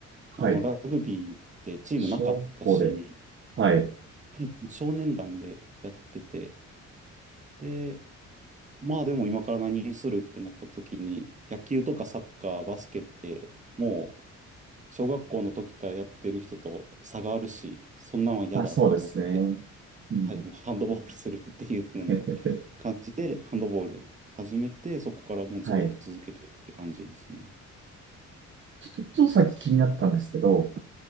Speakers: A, on the right; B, on the right.
A: はい。
B: あの、ラグビーってチームなかったし、
A: 小学校で、はい。
B: はい、少年団でやってて、で、まあでも今から何にするってなった時に、野球とかサッカー、バスケって、もう小学校の時からやってる人と差があるし、そんなんは嫌だって思って、
A: まあ、そうですね。うん。
B: はい、もうハンドボールするっていう風な
A: <laughs>
B: 感じで、ハンドボール始めて、そこからもうずっと続けてるって感じですね。
A: はい。ちょっと、ちょっとさっき気になったんですけど、